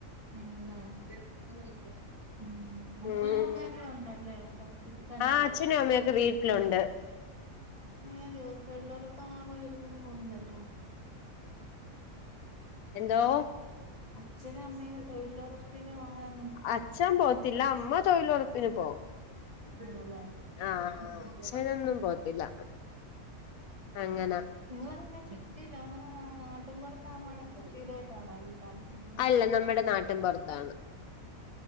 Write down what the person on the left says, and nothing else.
ഉം
ആ അച്ഛനും അമ്മയൊക്കെ വീട്ടിലുണ്ട്
എന്തോ
അച്ഛൻ പോത്തില്ല അമ്മ തൊഴിലുറപ്പിന് പോവും
ആ
അച്ഛനൊന്നും പോത്തില്ല അങ്ങന
അല്ല നമ്മുടെ നാട്ടിൻ പുറത്താണ്